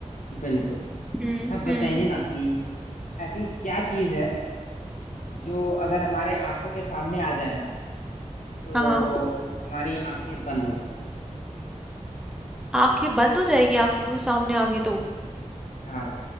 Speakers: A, on the left (about 80°); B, in the centre.
A: बिल्कुल
B: हम्म
A: आप बताइए
B: हम्म
A: ना कि ऐसी क्या चीज है जो अगर हमारे आंखों के सामने आ जाए ना तो
B: हाँ
A: हमारी आंखें बंद हो जाती है
B: आंखें बंद हो जाएगी आंखों के सामने आ गई तो
A: हाँ